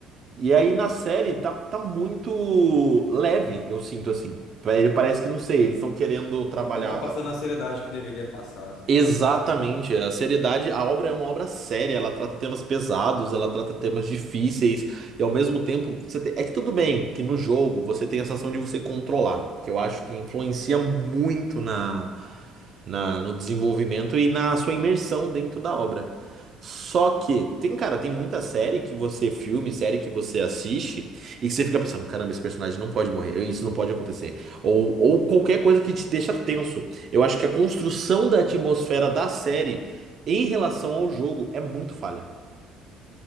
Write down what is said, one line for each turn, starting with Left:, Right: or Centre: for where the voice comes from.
Right: E aí na série tá, tá muito leve, eu sinto assim. Ele parece que, não sei, eles estão querendo trabalhar.
Left: Não tá passando a seriedade que deveria passar, você
Right: Exatamente,
Left: tá querendo dizer, né?
Right: a seriedade, a obra é uma obra séria, ela trata temas pesados, ela trata temas difíceis, e ao mesmo tempo, você tem- é que tudo bem que no jogo você tem a sensação de você controlar, que eu acho que influencia muito na, na- no desenvolvimento e na sua imersão dentro da obra. Só que, tem, cara, tem muita série que você filme, série que você assiste, e que você fica pensando, caramba, esse personagem não pode morrer, isso não pode acontecer. Ou, ou
Left: Uhum.
Right: qualquer coisa que te deixa tenso. Eu acho que a construção da atmosfera da série em relação ao jogo é muito falha.